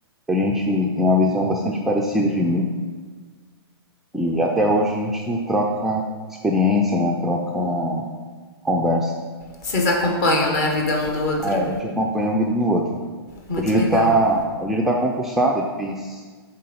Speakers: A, in the centre; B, on the left.
A: A gente tem uma visão bastante parecida de mim E até hoje a gente troca experiência, né? Troca conversa.
B: Vocês acompanham, né, a vida um do outro?
A: É, a gente acompanha um vídeo no outro.
B: Muito
A: Hoje ele
B: legal.
A: tá, hoje ele tá concursado, ele fez